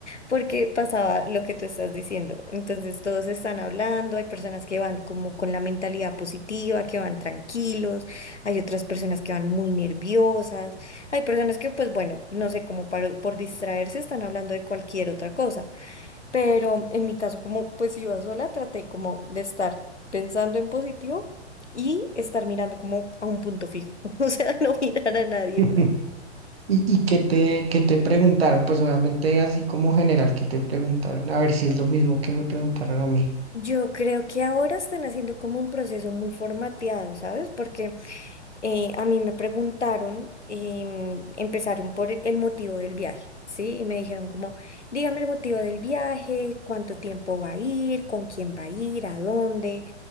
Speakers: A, on the left; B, on the right.
A: porque pasaba lo que tú estás diciendo. Entonces todos están hablando, hay personas que van como con la mentalidad positiva, que van tranquilos, hay otras personas que van muy nerviosas, hay personas que pues bueno, no sé, como para- por distraerse están hablando de cualquier otra cosa. Pero en mi caso, como pues si iba sola, traté como de estar pensando en positivo y estar mirando como a un punto fijo, <laughs> o sea, no mirar a nadie
B: <laughs>
A: más.
B: ¿Y, y qué te, qué te preguntaron? Pues obviamente así como general, ¿qué te preguntaron? A ver si es lo mismo que me preguntaron a mí.
A: Yo creo que ahora están haciendo como un proceso muy formateado, ¿sabes? Porque eh, a mí me preguntaron, em, empezaron por el motivo del viaje, ¿sí? Y me dijeron como, dígame el motivo del viaje, cuánto tiempo va a ir, con quién va a ir, a dónde.